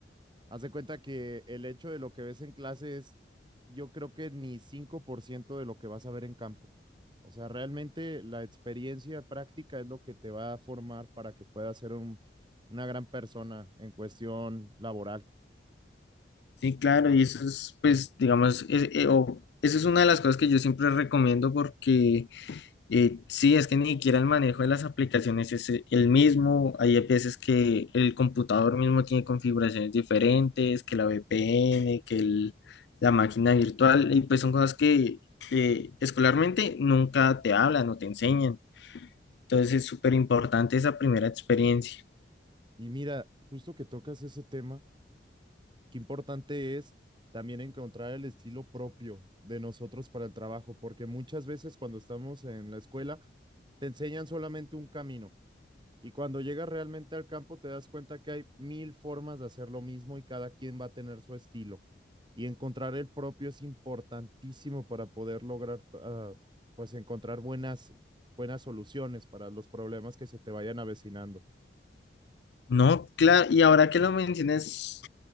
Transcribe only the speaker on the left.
Sí, claro, y eso es pues digamos, es- eh, o- eso es una de las cosas que yo siempre recomiendo porque... Eh, sí, es que ni siquiera el manejo de las aplicaciones es eh, el mismo. Hay veces que el computador mismo tiene configuraciones diferentes, que la VPN, que el- la máquina virtual, y pues son cosas que eh, escolarmente nunca te hablan o te enseñan. Entonces es súper importante esa primera experiencia.
No, claro, y ahora que lo mencionas,